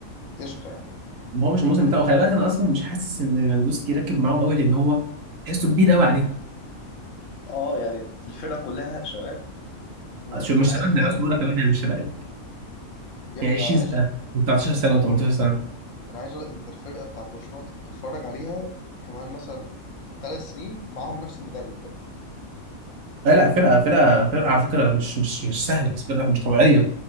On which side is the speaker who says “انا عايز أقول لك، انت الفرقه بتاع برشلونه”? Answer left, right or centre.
Left